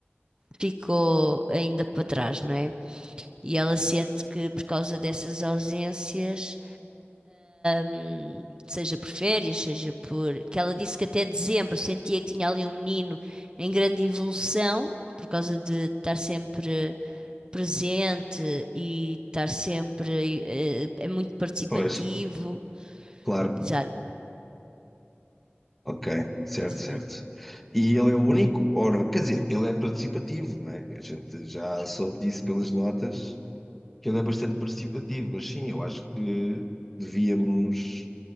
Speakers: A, on the right; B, in the centre.
A: ficou ainda para trás, não é? E ela sente que por causa dessas ausências hum, seja por férias, seja por. Que ela disse que até dezembro sentia que tinha ali um menino em grande evolução, por causa de estar sempre presente e estar sempre. eh, é muito participativo.
B: Pois. Claro.
A: Exato,
B: Ok, certo,
A: exato.
B: certo. E ele é o único? Ou não? Quer dizer, ele é participativo, não é? A gente já soube disso pelas notas, que ele é bastante participativo, mas sim, eu acho que devíamos